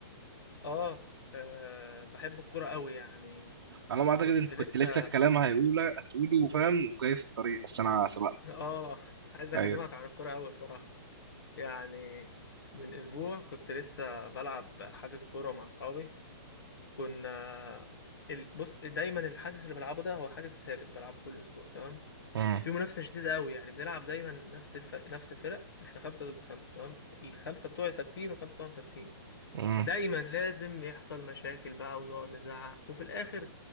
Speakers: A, on the left; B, on the right.
A: اه, آه بحب الكوره قوي يعني
B: على ما أعتقد
A: كنت
B: أنت
A: لسه
B: كنت لسه الكلام هيقوله هتقوله فاهم وجاي في الطريق بس أنا سبقت
A: <laughs> اه عايز اكلمك
B: أيوه
A: عن الكوره قوي بصراحه يعني من اسبوع كنت لسه بلعب حجز كوره مع اصحابي كنا ال... بص دايما الحجز اللي بلعبه ده هو حجز ثابت بلعبه كل اسبوع تمام
B: امم
A: في منافسه شديده قوي يعني بنلعب دايما نفس الف... نفس الفرق احنا خمسه ضد خمسه تمام الخمسه بتوعي ثابتين وخمسه بتوعهم ثابتين
B: امم
A: دايما لازم يحصل مشاكل بقى ونقعد نزعق وفي الاخر